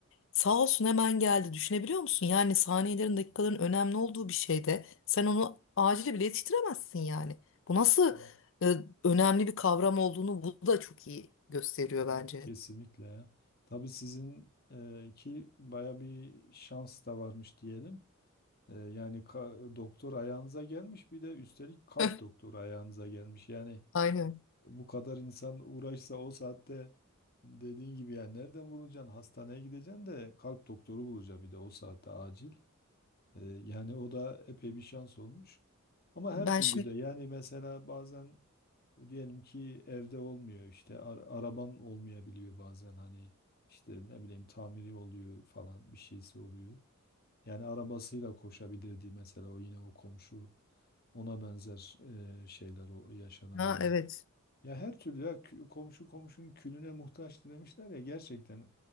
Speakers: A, on the left; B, on the left.
A: Sağ olsun hemen geldi. Düşünebiliyor musun? Yani saniyelerin dakikaların önemli olduğu bir şeyde sen onu acili bile yetiştiremezsin yani. Bu nasıl
B: Evet,
A: e, önemli bir kavram olduğunu bu da çok iyi gösteriyor
B: evet,
A: bence.
B: Kesinlikle ya. Tabii sizin e, ki baya bir şans da varmış diyelim. E, yani ka- doktor ayağınıza gelmiş bir de üstelik kalp
A: <laughs>
B: doktoru ayağınıza gelmiş. Yani
A: Aynen.
B: bu kadar insan uğraşsa o saatte dediğin gibi yani nereden bulacaksın? Hastaneye gideceksin de kalp doktoru bulacaksın bir de o saatte acil. Ee, yani o da epey bir şans olmuş. Ama her
A: Ben
B: türlü
A: şimdi
B: de yani mesela bazen diyelim ki evde olmuyor işte ar- araban olmayabiliyor bazen hani işte ne bileyim tamiri oluyor falan bir şeysi oluyor. Yani arabasıyla koşabilirdi mesela o yine o komşu ona benzer e, şeyler o, yaşanabiliyor.
A: ha evet
B: Ya her türlü ya kü- komşu komşunun külüne muhtaç demişler ya gerçekten.